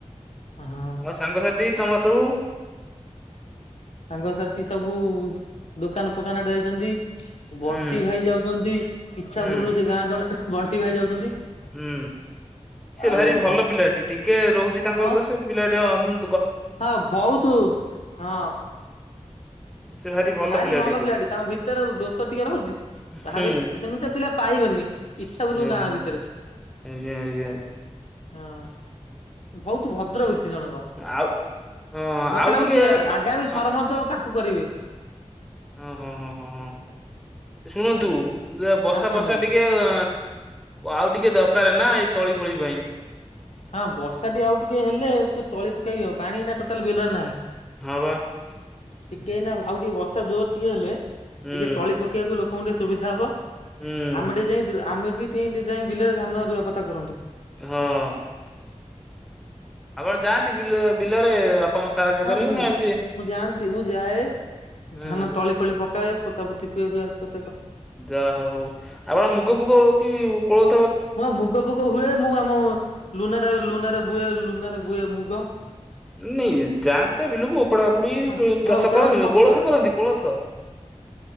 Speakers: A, on the left; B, in the centre.
A: ହଁ
B: ଆଉ ସାଙ୍ଗସାଥି ତମର ସବୁ
A: ସାଙ୍ଗସାଥି ସବୁ ଦୋକାନ ଫୋକାନେ ଆଡେ ଯାଇଛନ୍ତି
B: ହୁଁ
A: ବଣ୍ଟି ଭାଇ ଯାଉଛନ୍ତି। ଇଚ୍ଛା
B: ହୁଁ
A: ପୂୁରରୁ ସେ ଗାଁ ଜଣେ ବଣ୍ଟି ଭାଇ ଯାଉଛନ୍ତି।
B: ହୁଁ ସେ
A: ଆଉ
B: ଭାରି ଭଲ ପିଲାଟି। ଟିକେ ରହୁଛି ତାଙ୍କର
A: ହଁ
B: ଦୋଷ ସେ ପିଲାଟି ସେମ
A: ହଁ ବହୁତ ହଁ
B: ସେ
A: ଭାରି
B: ପିଲା
A: ଭଲ
B: ଟିକେ
A: ପିଲାଟି ତାଙ୍କ ଭିତରେ ଦୋଷ ଟିକେ ରହୁଛି। ଭାରି
B: ହୁଁ
A: ସେମିତିଆ ପିଲା ପାଇବେନି ଇଛା ପୂରୁ ରୁ
B: ଆଜ୍ଞା
A: ଗାଁ ଭିତରେ।
B: ଆଜ୍ଞା ଆଜ୍ଞା।
A: ହଁ। ବହୁତ ଭଦ୍ର ବ୍ୟକ୍ତି ଜଣକ।
B: ଆଉ ହଁ
A: ମତେ
B: ଆଉ
A: ଲାଗୁଛି
B: ଟିକେ ପା
A: ଆଗାମୀ
B: ହଁ
A: ସରପଞ୍ଚ ତା କୁ କରିବେ
B: ହଁ ହଁ ହଁ ହଁ। ଶୁଣନ୍ତୁ
A: ଆଜ୍ଞା।
B: ବସା
A: ହଁ କୁହନ୍ତୁ
B: ଫସା
A: ଆଜ୍ଞା
B: ଟିକେ ଅ ଆଉ ଟିକେ ଦରକାର ନା ଏତ ତଳି ଫଳି ପାଇଁ
A: ହଁ ବର୍ଷା ଟି ଆଉ ଟିକେ ହେଲେ ଟିକେ ତଳି ପକେଇବ ପାଣି ନା ଟୋଟାଲ ବିଲରେ ନାହିଁ।
B: ହଁ ବ
A: ଟିକେ ଏନା ଆଉ ଟିକେ ବର୍ଷା ଜୋର ଟିକେ ହେଲେ ଟିକେ
B: ହୁଁ
A: ତଳି ପକେଇବାକୁ ଲୋକଙ୍କୁ ଟିକେ ସୁବିଧା ହବ।
B: ହୁଁ
A: ଆମେ ଟିକେ ଯାଇଥିଲୁ। ଆମେ ବି ସେନ୍ତି ଯାଇ ବିଲରେ ଧାନ ରୁଆପତ୍ତା କରନ୍ତୁ।
B: ହଁ। ଆପଣ ଯାଆନ୍ତି ବିଲ ବିଲରେ ବାପାଙ୍କୁ ସାହାଯ୍ୟ
A: ହଁ
B: କରିବାକୁ
A: ମୁଁ
B: ନା ଏମିତି
A: ମୁଁ ଯାଆନ୍ତି ମୁଁ ଯାଏ
B: ହଁ
A: ଧାନ ତଳି ଫଳି ପକା କାଏ ପୋତା ପୋତି କୁଏ ରୂଆ କରେ
B: ଯାହା ହୋଉ ଆପଣ ମୁଗ ଫୁଗ ହଉ କି କୋଳ
A: ମୂବା ମୁଗ ଫୁଗ ହୁଏ ମୁଁ ଆମ ଲୁନାରେ। ଲୁନାରେ ବୁଏ ଲୁନ ରେ ବୁଏ ମୁଗ।
B: ନେଇଁ ଯାଆନ୍ତି ତ ବିଲୁକୁୁ। ଓପଡା ଓପୁଡି
A: ହଁ ହଁ
B: ଚାଷ
A: ଉପଡା
B: କରନ୍ତି
A: ଉପଡି ସବୁ
B: କୋଳଥ
A: କରେ
B: କରନ୍ତି କୋଳଥ।